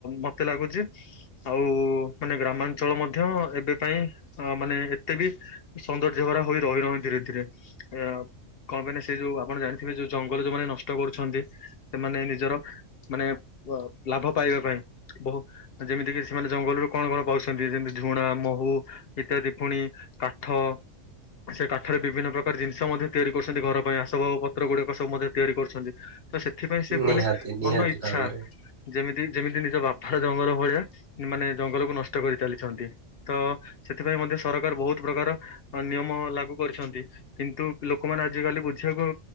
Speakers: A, on the left; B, on the right.
A: ମତେ ଲାଗୁଚି ଆଉ ମାନେ ଗ୍ରାମାଞ୍ଚଳ ମଧ୍ୟ ଏବେ ପାଇଁ ମାନେ ଏତେ ବି ସୌନ୍ଦର୍ଯ୍ୟ ଭରା ହୋଇ ରହିନହି ଧୀରେ ଧୀରେ ଆ। କଣ ପାଇଁ ନା ସେ ଯୋଉ ଆପଣ ଜାଣିଥିବେ ଯୋଉ ଜଙ୍ଗଲ ଯୋଉମାନେ ନଷ୍ଟ କରୁଛନ୍ତି ସେମାନେ ନିଜର ମାନେ ବ ଲାଭ ପାଇବା ପାଇଁ। ବୋହୁ ଯେମିତି କି ସେମାନେ ଜଙ୍ଗଲରୁ କଣ କଣ ପାଉଛନ୍ତି ଯେମିତି ଝୁଣା, ମୋହୁ ଇତ୍ୟାଦି ପୁଣି କାଠ ସେ କାଠରେ ବିଭିନ୍ନ ପ୍ରକାର ଜିନିଷ ମଧ୍ୟ ତିଆରି କରୁଚନ୍ତି ଘର ପାଇଁ ଆସବାବ ପତ୍ର ଗୁଡିକ ସବୁ ମଧ୍ୟ ତିଆରି କରୁଛନ୍ତି। ତ ସେଥିପାଇଁ ସେ
B: ନିହାତି
A: ମାନେ
B: ନିହାତି
A: ମନ ଇଚ୍ଛା
B: ଭାବରେ
A: ଯେମିତି ଯେମିତି ନିଜ ବାପାର ଜଙ୍ଗଲ ଭଳିଆ ମାନେ ଜଙ୍ଗଲକୁ ନଷ୍ଟ କରି ଚାଲିଛିନ୍ତି। ତ ସେଥିପାଇଁ ମଧ୍ୟ ସରକାର ବୋହୁତ୍ ପ୍ରକାର ନିୟମ ଲାଗୁ କରିଛନ୍ତି କିନ୍ତୁ ଲୋକମାନେ ଆଜିକାଲି ବୁଝିବାକୁ